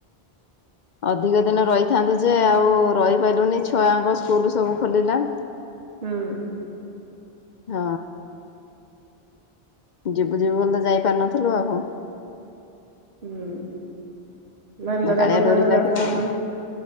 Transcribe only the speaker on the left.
ଅଧିକ ଦିନ ରହିଥାନ୍ତୁ ଯେ, ଆଉ ରହିପାରିଲୁନି ଛୁଆଙ୍କ ସ୍କୁଲ ସବୁ ଖୋଲିଲା।
ହଁ। ଯିବୁ ଯିବୁ ବୋଲିତ ଯାଇ ପାରୁନଥିଲୁ ଆଉ
କାଳିଆ
ଡୋରି ଲାଗିଲା
ଆଉ